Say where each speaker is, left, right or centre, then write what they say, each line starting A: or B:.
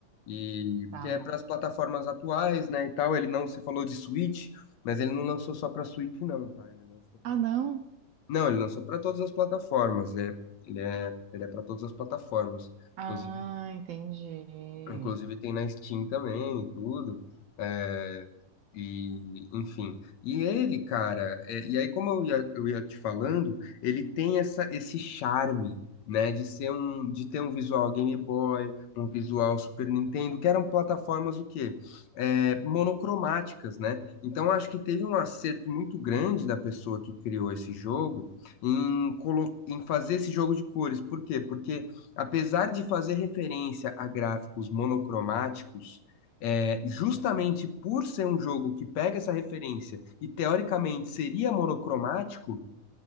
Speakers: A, on the left (about 65°); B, on the right (about 75°).
A: E
B: Tá.
A: porque é para as plataformas atuais, né, e tal, ele não, você falou de Switch, mas ele não lançou só para Switch não, tá? Ele lançou para
B: Ah, não?
A: Não, ele lançou para todas as plataformas, é, ele é, ele é para todas as plataformas.
B: Ah,
A: Inclusive
B: entendi.
A: Inclusive tem na Steam também e tudo. É, e, enfim. E ele, cara, é, e aí, como eu ia, eu ia te falando, ele tem essa, esse charme, né, de ser um, de ter um visual Game Boy, um visual Super Nintendo, que eram plataformas o quê? É, monocromáticas, né? Então acho que teve um acerto muito grande da pessoa que criou esse jogo em, colo em fazer esse jogo de cores. Por quê? Porque apesar de fazer referência a gráficos monocromáticos, é, justamente por ser um jogo que pega essa referência e teoricamente seria monocromático,